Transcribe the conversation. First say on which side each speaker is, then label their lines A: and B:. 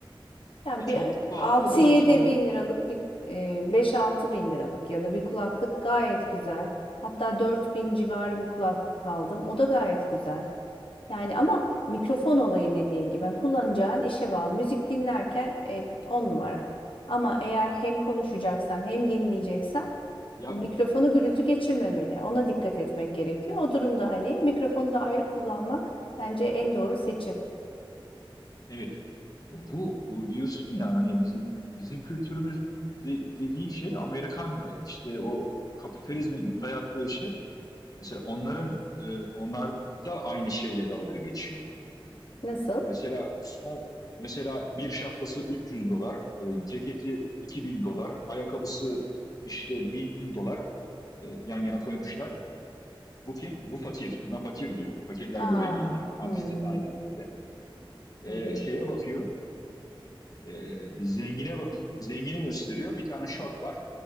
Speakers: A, on the left; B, on the left.
A: Yani
B: E,
A: bir
B: çok pahalı
A: altı
B: tabii
A: yedi
B: ki yani.
A: bin liralık bir e, 5-6 bin liralık ya da bir kulaklık gayet güzel. Hatta 4 bin civarı bir kulaklık aldım. O da gayet güzel. Yani ama mikrofon olayı dediğin gibi ben kullanacağın işe bağlı. Müzik dinlerken e, 10 numara. Ama eğer hem konuşacaksan hem dinleyeceksen
B: Ya
A: Mikrofonu gürültü geçirmemeli. Ona dikkat etmek gerekiyor. O durumda hani mikrofonu da ayrı kullanmak bence en doğru seçim.
B: evet. Bu e, diyorsun ya hani bizim kü- bizim kültürümüz de- dediğin şey Amerikan e, işte o kapitalizmin dayattığı şey. Mesela onların e, onlar da aynı şeyle dalga geçiyor.
A: Nasıl?
B: Mesela son mesela bir şapkası 300 dolar, e, ceketi iki bin dolar, ayakkabısı işte 1000 dolar e, yan yana koymuşlar. Bu kim? Bu fakir. Buna fakir diyor. Fakirler
A: Aa,
B: böyle giyiniyor. Ama
A: hmm,
B: bizde de aynen böyle. E,
A: hı hı.
B: şeye bakıyor. Ee, zengine zengini gösteriyor. Bir tane şort var.